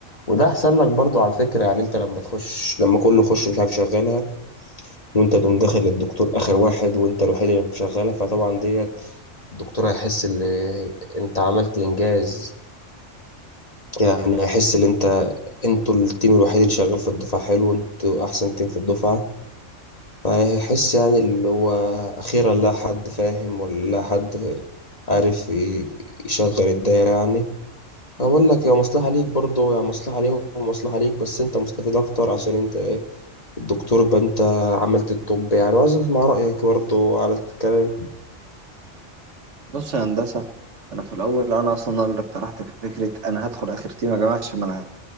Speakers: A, on the left (about 30°); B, on the right (about 65°).
A: وده احسن لك برضو على فكرة يعني انت لما تخش لما كله يخش مش عارف يشغلها وانت تقوم داخل الدكتور اخر واحد وانت الوحيد اللي مشغلها فطبعا ديت الدكتور هيحس ان انت عملت انجاز يعني هيحس ان انت انتوا التيم الوحيد اللي شغال في الدفعة حلو انتوا احسن تيم في الدفعة فهيحس يعني اللي هو أخيرا لا حد فاهم ولا لا حد عارف ي- يشغل الدايرة يعني أقول لك هي مصلحة ليك برضه يعني مصلحة ليهم ومصلحة ليك بس أنت مستفيد أكتر عشان أنت إيه الدكتور يبقى أنت عملت الطب يعني وعايز أسمع رأيك برضه على الكلام
B: بص يا هندسة انا في الاول انا اصلا اللي اقترحت فكرة انا هدخل اخر تيم يا جماعة عشان ما